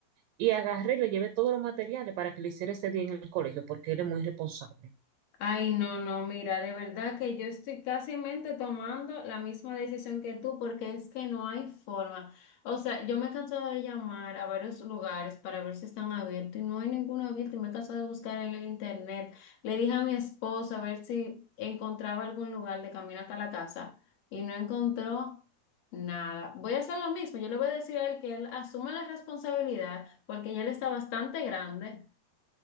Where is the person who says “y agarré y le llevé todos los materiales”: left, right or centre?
Right